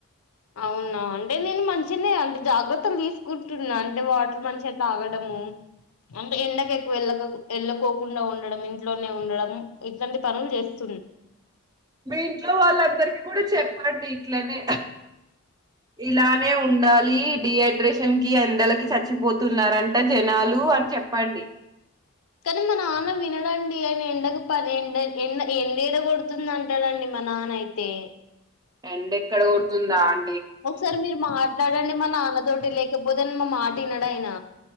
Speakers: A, on the left (about 75°); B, on the right (about 15°).
A: అవునా, అంటే నేను మంచినే అంటే జాగ్రత్తలు తీసుకుంటున్నా, అంటే వాటర్ మంచిగా తాగడము అంటే ఎండక ఎక్కువ ఎళ్ళకోకుండా ఉండడం. ఇంట్లోనే ఉండడం, ఇట్లాంటి పనులు చేస్త
B: మీ ఇంట్లో వాళ్ళందరికి కూడా చెప్పండి. ఇట్లనే ఇలానే ఉండాలి. డిహైడ్రేషన్ కి ఎండలకి చచ్చిపోతున్నారంట. జనాలు కు అని చెప్పండి.
A: కానీ మా నాన్న వినడండి. ఆయన ఎండ పది ఎండ ఎ ఎండే ఎడ కొడుతుంది. అంటాడండి మ మా నాన్న అయితే
B: ఎండ ఎక్కడ కోడుతుందా. అం
A: ఒకసారి మీరు మాట్లాడండి. మా నాన్న తోటి లేకపోతే, మా మాట వినడు ఆయన